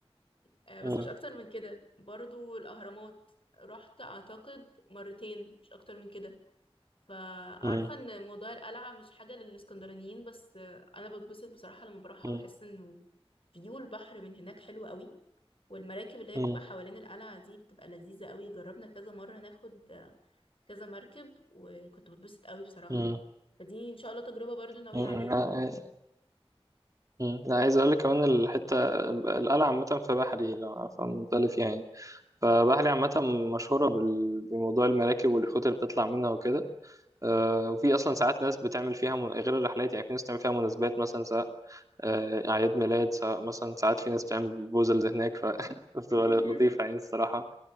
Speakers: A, on the left; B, on the right.
A: آه، بس
B: مم.
A: مش أكتر من كده برضو الأهرامات رحت أعتقد مرتين مش أكتر من كده فعارفة
B: مم.
A: إن موضوع القلعة مش حاجة للإسكندرانيين بس آه، أنا بتبسط بصراحة لما بروحها
B: مم.
A: بحس إنه فيو البحر من هناك حلو قوي والمراكب اللي هي
B: مم.
A: بتبقى حوالين القلعة دي بتبقى لذيذة قوي جربنا كذا مرة ناخد كذا مركب وكنت بتبسط قوي بصراحة
B: مم.
A: فدي ان شاء الله تجربة برضو ناوية
B: مم.
A: عليها
B: لا مم. لا، عايز اقول لك كمان الحته القلعه عامه في بحري لو عارفه المنطقه اللي فيها يعني فبحري عامه مشهوره بال- بموضوع المراكب واليخوت اللي بتطلع منها وكده آه، وفي اصلا ساعات ناس بتعمل فيها من... غير الرحلات يعني في ناس بتعمل فيها مناسبات مثلا سواء آه، اعياد ميلاد سواء مثلا ساعات في ناس بتعمل بروبوزلز هناك ف <laughs> بتبقى
A: <laughs>
B: لطيفه يعني الصراحه